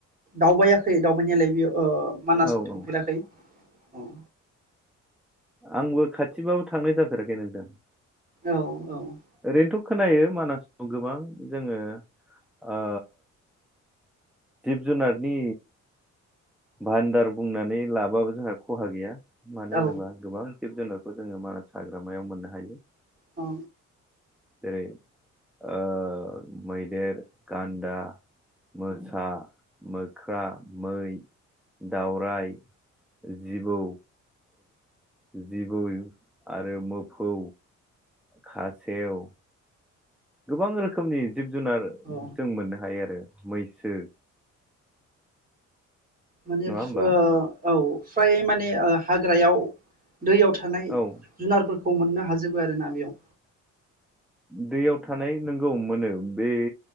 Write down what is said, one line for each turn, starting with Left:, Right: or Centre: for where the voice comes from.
Right: दावबाया खै दावबायनायालाय बेयाव मानासआव
Centre: औ
Right: थांफेराखै
Centre: औ
Right: उम
Centre: आंबो खाथिबाबो थांनाय जाफेराखै नोंथां
Right: औ औ
Centre: ओरैनोथ खोनायो मानासाव गोबां जोङो ओ जिब जुनारनि भान्दार बुंनानै लाबाबो जोंहा खहा गैया मानो
Right: औ
Centre: होनोबा गोबां जिब जुनारखौ जोङो मानास हाग्रामायाव मोननो हायो
Right: औ
Centre: जेरै ओ मैदेर गान्दा मोसौ आ मोख्रा मै दावराय जिबौ जिबौ आरो मोफौ खासेव गोबां रोखोमनि जिब जुनार
Right: औ
Centre: जों मोननो हायो आरो मैसो
Right: माने
Centre: नङा होमबा
Right: ओ औ फ्राय माने ओ हाग्रायाव दैयाव थानाय
Centre: औ
Right: जुनारफोरखौ मोननो हाजोब आरोना बेयाव
Centre: दैयाव थानाय नों औ मोनो बे